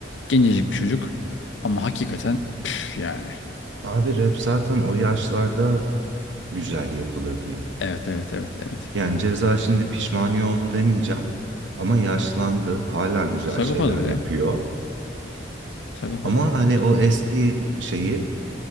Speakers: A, on the left; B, on the right.
A: Gencecik bir çocuk ama hakikaten püf yani.
B: Abi rap zaten o yaşlarda güzel yapılır diyeyim.
A: Evet evet evet evet.
B: Yani Ceza şimdi pişmaniye oldu demeyeceğim ama yaşlandı, hala güzel
A: Sagopa
B: şeyler
A: da öyle.
B: yapıyor.
A: Sagopa
B: Ama
A: da öyle
B: hani
A: oldu.
B: o eski şeyi